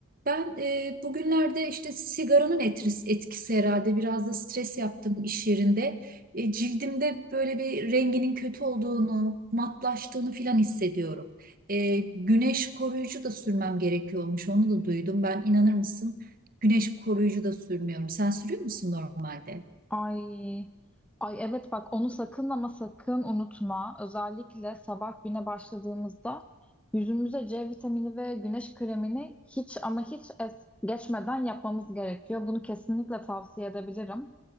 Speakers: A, on the right; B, in the centre.
A: ben e, bugünlerde işte sigaranın etkisi, etkisi herhalde biraz da stres yaptım iş yerinde e, cildimde böyle bir renginin kötü olduğunu, matlaştığını filan hissediyorum. E, güneş koruyucu da sürmem gerekiyormuş. Onu da duydum. Ben inanır mısın? Güneş koruyucu da sürmüyorum. Sen sürüyor musun normalde?
B: Ay, ay evet bak onu sakın ama sakın unutma. Özellikle sabah güne başladığımızda yüzümüze C vitamini ve güneş kremini hiç ama hiç es geçmeden yapmamız gerekiyor. Bunu kesinlikle tavsiye edebilirim.